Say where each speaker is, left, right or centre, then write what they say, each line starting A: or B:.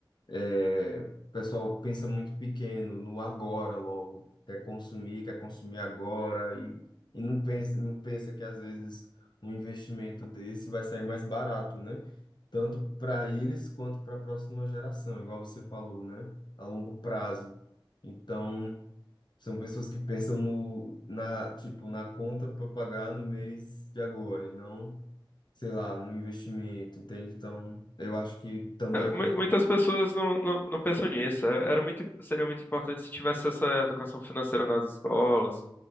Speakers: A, on the left; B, on the left.
A: É, o pessoal pensa muito pequeno, no agora logo. Quer consumir, quer consumir agora e, e não pensa, não pensa que às vezes um investimento desse vai sair mais barato, né? Tanto para eles quanto para a próxima geração, igual você falou, né? A longo prazo. Então, são pessoas que pensam no, na, tipo, na conta para pagar no mês de agora e não, sei lá, no investimento, entende? Então, eu acho que também
B: É,
A: é uma
B: mu- Muitas pessoas não, não, não pensam nisso. É, Era muito, seria muito importante se tivesse essa educação financeira nas escolas,